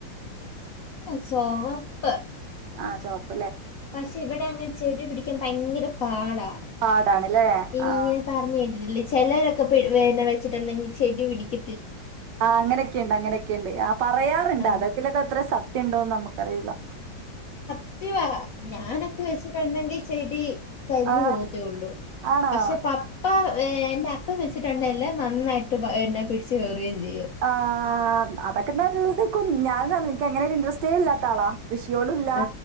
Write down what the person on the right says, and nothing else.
ആഹ് ചോപ്പ
പാടാണ്ല്ലേ
ആ
ആ് അങ്ങനൊക്കെയ ഉണ്ട് അങ്ങനെയൊക്കെയ ഉണ്ട് ആ പറയാറുണ്ട്
അതെക്കിലൊക്കെ അത്ര സത്യം ഉണ്ടോന്ന് നമുക്ക് കരയില്ല
ആ
ആണോ
ആ അതൊക്കെ നല്ലതക്കും ഞാന എനിക്ക അങ്ങനെ ഒരു ഇൻറസ്റ്റേ ഇല്ലാത്ത ആളാ കൃഷിയോടുല്ല